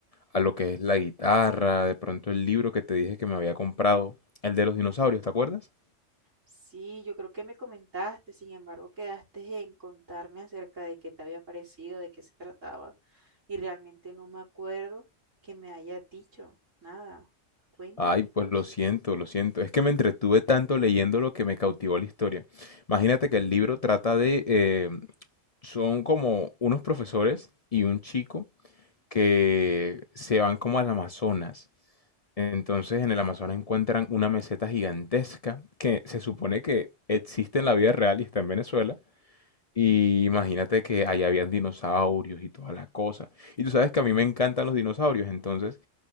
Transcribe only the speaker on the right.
Sí, yo creo que me comentaste, sin embargo, quedaste en contarme acerca de qué te había parecido, de qué se trataba, y realmente no me acuerdo que me haya dicho nada. Cuéntame
entonces.